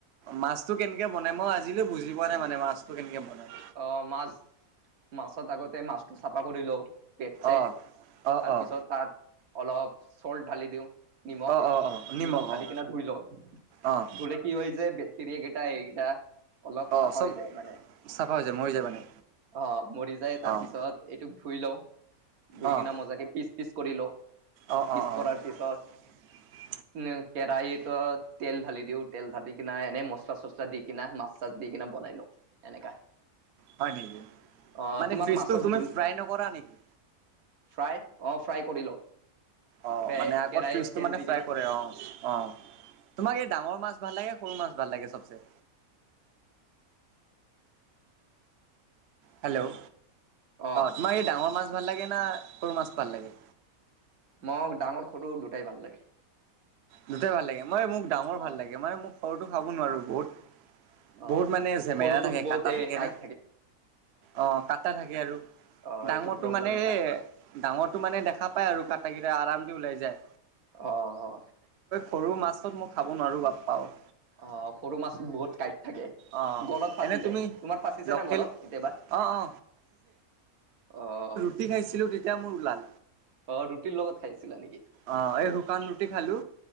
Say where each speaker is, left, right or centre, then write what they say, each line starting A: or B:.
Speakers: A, on the right (about 60°); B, on the right (about 80°).
A: মাছটো কেনেকে বনাই মই আজিলৈ বুজি পোৱা নাই মানে মাছটো কেনেকে বনায়।
B: অ', মাছ মাছত আগতে মাছটো চাফা কৰি লওঁ। পেট চেট
A: অ অ
B: তাৰপিছত
A: অ
B: তাত অলপ চল্ট ঢালি দিওঁ। নিমখ
A: অ', অ', অ',
B: নিমখ ঢালি
A: অ',
B: কিনে ধুই লওঁ।
A: অ',
B: ধুলে কি হয় যে বেক্টেৰিয়া কেইটা এইকেইটা অলপ
A: অ',
B: চাফা
A: চব
B: হৈ যায় মানে।
A: চাফা হৈ যাব মানে।
B: অ', মৰি যায়। তাৰ
A: অ',
B: পিছত এইটোোক ধুই লওঁ ধুই
A: অ',
B: কিনা মজাকে পিছ পিচ কৰি লওঁ।
A: অ', অ',
B: পিচ
A: অ',
B: কৰাৰ পিছত
A: <inaudible>
B: উম, কেৰাহীত তেল ঢালি দিওঁ তেল ঢালি কিনা এনেই মচলা চচলা দি কিনা মাছ চাচ দি কিনে বনাই লওঁ এনেকা।
A: হয় নেকি,
B: অ
A: মানে
B: তোমাক
A: ফিচটো
B: মাছৰ
A: তুমি
B: জোল
A: ফ্ৰাই নকৰা নেকি?
B: ফ্ৰাই অ' ফ্ৰাই কৰি লওঁ।
A: অ',
B: কে
A: মানে আগৰ
B: কেৰাহীত
A: ফিচটো
B: তেল
A: মানে
B: দি
A: ফ্ৰাই
B: কিনা
A: কৰে অ' অ'। তোমাৰ এই ডাঙৰ মাছ ভাল লাগে সৰু মাছ ভাল লাগে চবচে? হেল্ল' অ'
B: অ',
A: তোমাৰ এই ডাঙৰ মাছ ভাল লাগে না সৰু মাছ ভাল লাগে?
B: মোক ডাঙৰ সটো দুটাই ভাল লাগে।
A: দুটাই ভাল লাগে। মই মোক ডাঙৰ
B: অ',
A: ভাল লাগে মানে মোক সৰুটো খাব নোৱাৰো। বহুত
B: অ',
A: বহুত
B: অ'।
A: মানে জেমেলা
B: সৰুটোত
A: থাকে
B: বহুত
A: কাটা
B: এই
A: থাকে
B: কাঁইট
A: না। অ', কাটা থাকে আৰু
B: অ',
A: ডাঙৰটো
B: এইটো প্ৰব্লেম
A: মানে
B: এটা।
A: ডাঙৰটো মানে দেখা পাই আৰু কাটা কেইটা আৰামচে ওলাই যায়।
B: অহ।
A: সৰু মাছত মই খাব নোৱাৰো বাপ্পা অও।
B: অ', সৰু মাছ বহুত কাইট থাকে।
A: অ
B: গলত ফাঁচি
A: এনে
B: যায়
A: তুমি
B: তোমাৰ ফাঁচিছে
A: লোকেল
B: নে গলত কেতিয়াবা?
A: অ অ
B: অহ।
A: কি খাইছিলো তেতিয়া মোৰ ওলাল।
B: অ', ৰুটিৰ লগত খাইছিলা নেকি?
A: অ এই শুকান ৰুটি খালো